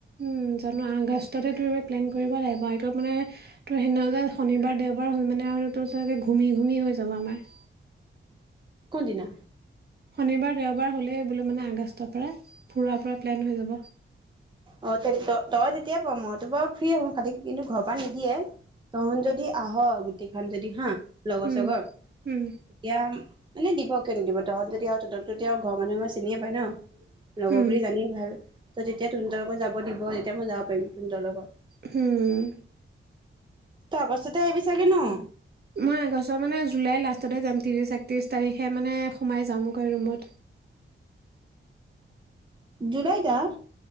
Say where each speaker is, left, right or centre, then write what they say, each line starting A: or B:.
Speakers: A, on the right; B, on the right.
A: উম জানো আগষ্টতে। প্লেন কৰিব লাগিব, এইটো মানে তোৰ সেইদিনা যে শনিবাৰ দেওবাৰ হ'ল মানে আৰু তোৰ চাগৈ ঘুমি ঘুমি হৈ যাব আমাৰ।
B: কোনদিনা?
A: শনিবাৰ দেওবাৰ হ'লেই বোলো মানে আগষ্টৰ পৰা ফুৰাৰ পৰা প্লেন হৈ যাব।
B: অ, ত তই যেতিয়াই পাৰ মইতো বাৰু ফ্ৰী আহো খালি কিন্তু ঘৰ পৰা নিদিয়ে তহন যদি আহ গোটেইখন যদি হা। লগৰ
A: উম
B: চগৰ,
A: উম
B: এতিয়া। মানে দিব কিয় নিদিব তহঁ যতি তহততি আৰু ঘৰ মানুহ আমাৰ চিনিয়ে পাই ন। লগৰ
A: উম
B: বুলি জানিয়ে ভাল। ত, তেতিয়া। সুন্দৰ কৰি যাব দিব তেতিয়া মই যাব পাৰিম। তহঁতৰ লগত।
A: হম।
B: তাৰ পাছতেচতে আহিবি চাগে ন?
A: মই এগছৰ মানে জুলাই লাষ্টতে যাম ত্ৰিশ একত্ৰিশ তাৰিখে মানে সোমাই যামগৈ ৰুমত।
B: জুলাইত আহ।